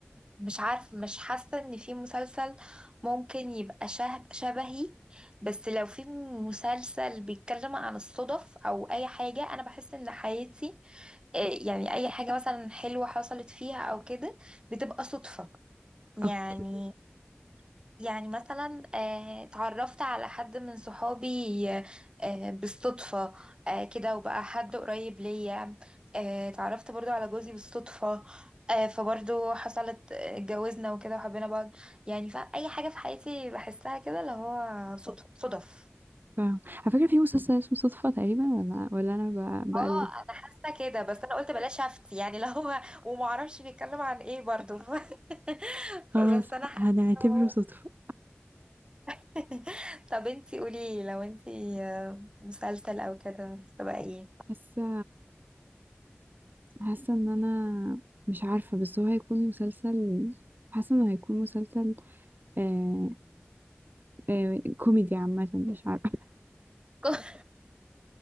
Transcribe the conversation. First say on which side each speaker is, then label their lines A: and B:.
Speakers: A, on the right (about 20°); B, on the right (about 45°).
A: مش عارف مش حاسة ان في مسلسل ممكن يبقى شبه شبهي بس لو في مسلسل بيتكلم عن الصدف او اي حاجة انا بحس ان حياتي آه، يعني اي حاجة مثلا حلوة حصلت فيها او كده بتبقى صدفة يعني
B: اوكي
A: يعني مثلا آه، اتعرفت على حد من صحابي آه، بالصدفة آه، كده وبقى حد قريب ليا آه، اتعرفت برضو على جوزي بالصدفة آه، فبرضو حصلت آه، اتجوزنا وكده وحبينا بعض يعني فأي حاجة في حياتي بحسها كده اللي هو صدف صدف
B: فاهم على فكرة في مسلسل اسمه صدفة تقريبا ولا ولا أنا ب- بقلب
A: اه انا حاسه كده بس انا قلت بلاش افتي يعني اللي هو ومعرفش بيتكلم عن ايه برضو <laughs>
B: خلاص
A: فبس انا حاسه
B: هنعتبره
A: إن هو
B: صدفة
A: <laughs> طب انتي قولي لو انتي آه، مسلسل او كده تبقى ايه
B: حاسة حاسة إن أنا مش عارفة بس هو هيكون مسلسل حاسة إنه هيكون مسلسل آه آه كوميدي عامة مش عارفة
A: كو-